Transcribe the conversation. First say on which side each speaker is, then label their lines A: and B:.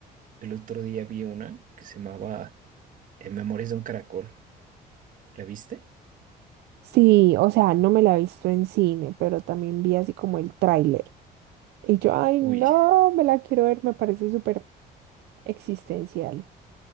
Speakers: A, on the right; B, on the right.
A: El otro día vi una que se llamaba eh, Memorias de un caracol. ¿La viste?
B: Sí, o sea, no me la he visto en cine, pero también vi así como el tráiler. Y yo, ay,
A: Uy,
B: no, me la quiero ver, me parece súper existencial.